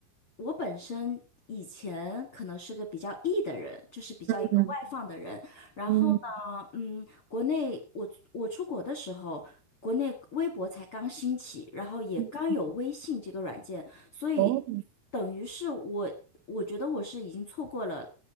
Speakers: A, on the left (about 65°); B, on the right (about 80°).
A: 我本身以前可能是个比较 E 的人，就是比较一个外放的人。
B: 嗯
A: 然后呢，
B: 嗯
A: 嗯，国内我我出国的时候，国内微博才刚兴起，然后也刚有微信这个软件，
B: 嗯，
A: 所以
B: 哦，
A: 等于是我我觉得我是已经错过了。